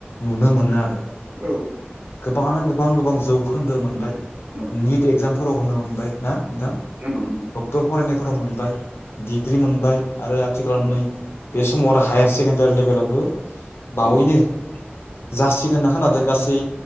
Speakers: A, on the left; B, on the right.
A: नुनो मोनो आरो
B: औ
A: गोबाङानो गोबां गोबां जौखोन्दो मोनबाय
B: नंगौ
A: निट एक्जामफोराव होनो मोनबाय ना नोंथां
B: नंगौ
A: क्टर फरायनायफोराव मोनबाय डिग्रि मोनबाय आरो आथिखालाव
B: नंगौ
A: नै बे समाव आरो हायार सेकेण्डारि लेभेलावबो बावैनो
B: नंगौ
A: जासिगोन होन्ना खोनादों गासै